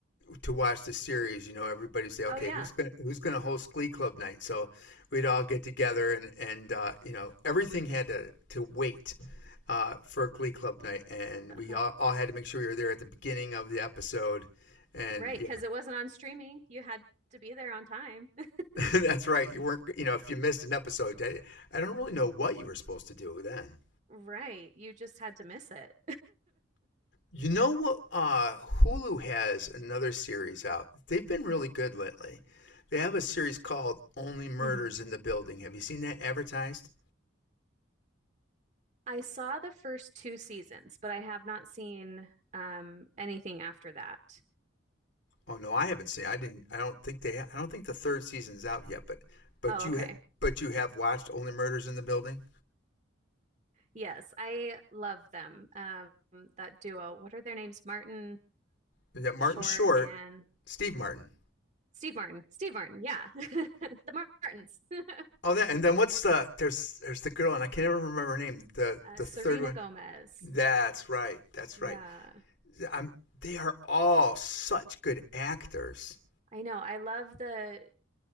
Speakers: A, on the left; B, on the right.
A: to watch the series, you know, everybody say, okay,
B: Oh, yeah.
A: who's gonna who's gonna host Glee Club night? So we'd all get together, and and uh, you know, everything had to to wait uh, for Glee Club night, and
B: Uh-huh.
A: we all, all had to make sure we were there at the beginning of the episode. And
B: Right.
A: yeah,
B: Because it wasn't on streaming. You had to be there on time. <laughs>
A: <laughs> that's right. You weren't, you know, if you missed an episode, I, I don't really know what you were supposed to do then.
B: Right. You just had to miss it.
A: You know what? Uh, Hulu has another series out. They've been really good lately. They have a series called Only Murders
B: <laughs> hmm
A: in the Building. Have you seen that advertised?
B: I saw the first two seasons, but I have not seen um, anything after that.
A: Oh no, I haven't seen. It. I didn't. I don't think they. I don't think the third season's out yet. But but
B: Oh,
A: you
B: okay.
A: ha- but you have watched Only Murders in the Building.
B: Yes, I love them. Um, that duo. What are their names? Martin
A: You got Martin
B: Short
A: Short,
B: and
A: Steve Martin.
B: Steve Martin. Steve Martin. Yeah. <laughs> The Martins. <laughs>
A: Oh, that and then what's the there's there's the girl and I can't ever remember her name. The
B: Uh,
A: the
B: Serena
A: third one.
B: Gomez.
A: That's right. That's
B: Yeah.
A: right. I'm. They are all such good actors
B: I know. I love the